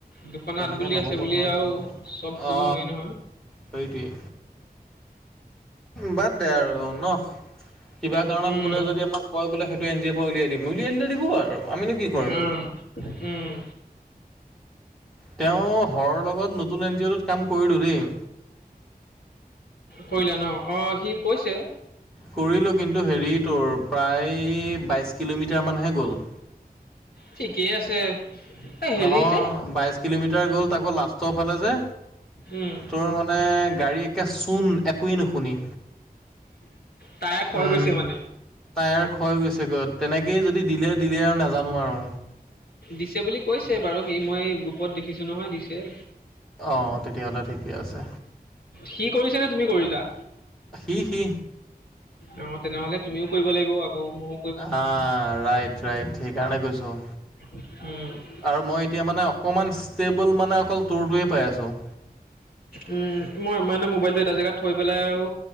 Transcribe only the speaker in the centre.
তেনেকে
নহ'ব
নহয়
চব কথা।
অ
সেইটোৱেইে বাদ দে আৰু ন কিবা কাৰণত
বোলে যদি আমাক! কয় বোলে সেইটো এন জিৰ পৰা উলিয়াই দিম উলিয়াই দিলে দিব আৰু! আমিনো কি কৰিম।
তেওঁ ঘৰৰ লগত নতুন এন জি অ'টোত কাম কৰিলোঁ দেই।
কৰিলোঁ কিন্তু হেৰি তোৰ প্ৰায় বাইছ কিলোমিটাৰমানহে গ'ল।
নহয়
বাইশ কিলোমিটাৰ গ'ল তাকৌ লাষ্টৰ ফালে যে
তোৰ মানে! মানে গাড়ী একে চোন একোৱেই নুশুনি।
উম
তাইযাৰ খয় গৈছে গৈ। তেনেকেই যদি দিলে দিলে আৰু নাজানো আৰু!
অঁ তেতিয়াহ'লে ঠিকে আছে।
সি সি
অঁ ৰাইট ৰাইট সেইকাৰণে কৈছো।
আৰু মই এতিয়া মানে অকণমান ষ্টেবল মানে অকল টুৰটোৱে পাই আছো।